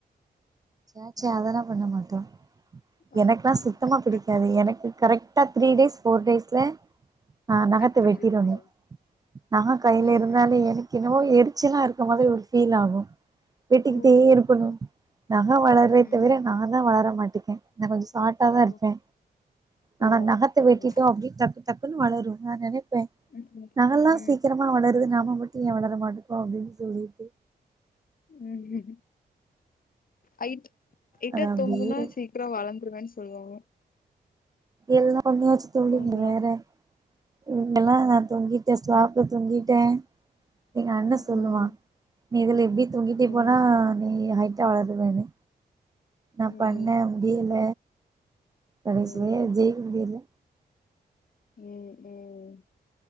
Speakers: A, on the right; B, on the left.
A: சாச்சே அதல்லா பண்ண மாட்டோ
B: அதை
A: எனக்குல்லா
B: பண்ண
A: சுத்தமா பிடிக்காது
B: கட்
A: எனக்கு கரெக் டா த்ரீ டேஸ் ஃபோர் டேஸ்ல ஆஹ் நகத்த
B: கட் பண்ணிடுவீங்களோ
A: வெட்டிடனு நக கையில
B: ம்
A: இருந்தாலு எனக்கு என்னவோ எருக் ச்சலா இருக்க மாதிரி ஒரு ஃபீல் ஆகு வெட்டிக்கிட்டே
B: ஓ
A: இருக்கணு நக வளர்ரே
B: ம்
A: தவிர நாந்தா வளர மாட்டிக் க நா கொஞ்சொ சார்ட்டாதா
B: ஓ
A: இருப்பே நானா
B: ஓ
A: நகத்த
B: அப்படியா.
A: வெட்டிட்டோ அப்பிடி தக்கு தக் குனு வளரு நா நெனைப் பே
B: ம்
A: நகல்லா
B: ம்
A: சீக்கிரமா வளருது நாம ம மட்டு ஏ வளர மாட்டுக்கோ அப்டின்னு சொல்லிட்டு
B: உம் அயிட் எயிட்டா
A: அது அப்டியே
B: தொங்குனா சீக்கரொ வளந்து ப்புடுவேன் சொல்வாங்க
A: எல்லா பண்ணியாச்சு தோழி
B: தொங்குனா
A: நீங்க வேற இங்கெல்லா நா தொங்கிட்டே ஸ்லாப்ல தொங்கி ட்ட எங்க அண்ண
B: ம்
A: சொல்லுவா
B: ம்
A: நீ இதுல எவ்வி தொங்கிட்டே
B: ம்
A: போனா நீ ஹைட் டா வளருவேனு நா பண்ண
B: ம்
A: முடியல கடைசி
B: ம்
A: வரயா ஜெய்க முடியல
B: ம் ம்